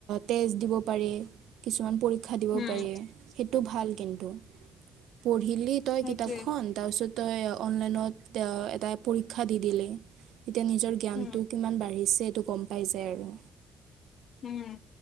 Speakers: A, on the right; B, on the left.
A: টেষ্ট দিব পাৰি কিছুমান পৰীক্ষা দিব
B: উম
A: পাৰে সেইটো ভাল কিন্তু পঢ়িলি তই
B: সেইটোৱে
A: কিতাপখন তাৰপিছত তই অনলাইনত এটা পৰীক্ষা দি দিলে এতিয়া নিজৰ জ্ঞানটো
B: উম
A: কিমান বাঢ়িছে এইটো গম পাই যায় আৰু
B: উম